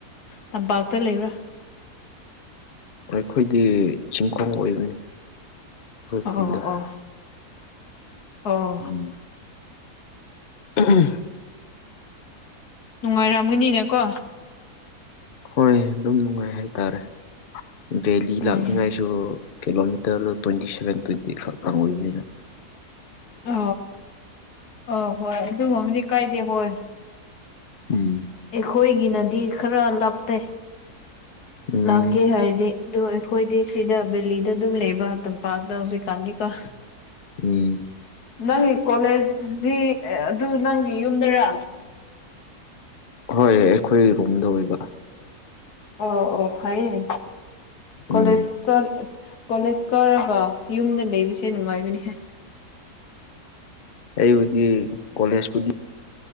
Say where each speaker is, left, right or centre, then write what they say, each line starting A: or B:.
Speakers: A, on the left; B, on the left.
A: ꯇꯝꯄꯥꯛꯇ ꯂꯩꯕ꯭ꯔꯥ
B: ꯑꯩꯈꯣꯏꯗꯤ ꯆꯤꯡꯈꯣꯡ ꯑꯣꯏꯕꯅꯤ ꯑꯩꯈꯣꯏ
A: ꯑꯣ
B: ꯈꯨꯟꯗꯣ
A: ꯑꯣ ꯑꯣ
B: ꯎꯝ <inaudible>
A: ꯅꯨꯡꯉꯥꯏꯔꯝꯒꯅꯤꯅꯦ ꯀꯣ
B: ꯍꯣꯏ ꯑꯗꯨꯝ ꯅꯨꯡꯉꯥꯏ ꯍꯥꯏꯇꯥꯔꯦ ꯕꯦꯂꯤ
A: ꯎꯝ
B: ꯂꯥꯛꯅꯤꯉꯥꯏꯁꯨ ꯗꯨ ꯀꯤꯂꯣꯃꯤꯇꯔ ꯇ꯭ꯋꯦꯟꯇꯤ ꯁꯚꯦꯟ ꯇ꯭ꯋꯦꯟꯇꯤ ꯈꯛꯂꯥ ꯑꯣꯏꯕꯅꯤ
A: ꯑ ꯑ ꯍꯣꯏ ꯑꯗꯨꯒꯨꯝꯕꯗꯤ ꯀꯥꯏꯗꯦ ꯍꯣꯏ
B: ꯎꯝ
A: ꯑꯩꯈꯣꯏꯒꯤꯅꯗꯤ ꯈꯔ ꯂꯞꯄꯦ
B: ꯎꯝ
A: ꯂꯥꯛꯀꯦ ꯍꯥꯏꯔꯅꯤ ꯑꯗꯨ ꯑꯩꯈꯣꯏꯗꯤ ꯁꯤꯗ ꯕꯦꯂꯤꯗ ꯑꯗꯨꯝ ꯂꯩꯕ ꯇꯝꯄꯥꯛꯇ ꯍꯧꯖꯤꯛꯀꯥꯟꯗꯤꯀꯣ
B: ꯎꯝ
A: ꯅꯪꯒꯤ ꯀꯣꯂꯦꯖꯗꯤ ꯑꯗꯨ ꯅꯪꯒꯤ ꯌꯨꯝꯗꯔꯥ
B: ꯍꯣꯏ ꯑꯩꯈꯣꯏ ꯔꯨꯝꯗ ꯑꯣꯏꯕ
A: ꯑꯣ ꯑꯣ ꯐꯩꯌꯦ ꯀꯂꯦꯖ
B: ꯎꯝ
A: ꯆꯠ ꯀꯣꯂꯦꯖ ꯀꯥꯔꯒ ꯌꯨꯝꯗ ꯂꯩꯕꯁꯦ ꯅꯨꯡꯉꯥꯏꯕꯅꯤꯍꯦ
B: ꯑꯩꯕꯨꯗꯤ ꯀꯣꯂꯦꯖꯄꯨꯗꯤ